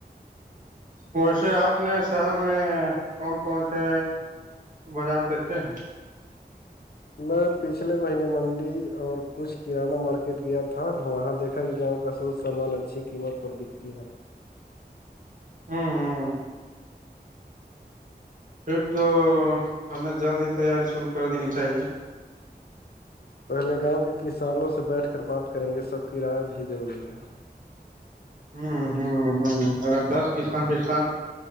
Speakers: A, on the right; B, on the left.
A: ویسے آپ نے شہر میں کون کون سے بازار دیکھے ہیں
B: میں پچھلے مہینے منڈی اور کچھ کانہ مارکیٹ گیا تھا وہاں دیکھا کہ گاؤں کا سٹ سامان اچھی قیمت پر بکتی ہے
A: ہاں ہاں پھر تو ہمیں جلد ہی تیاری شروع کر دینی چاہیے
B: پہلے گاؤں کے کسانوں سے بیٹھ کر بات کریں گے سب کی رائے بھی ضروری ہے
A: ہ ہ ہ اگر دس کسان بھی سات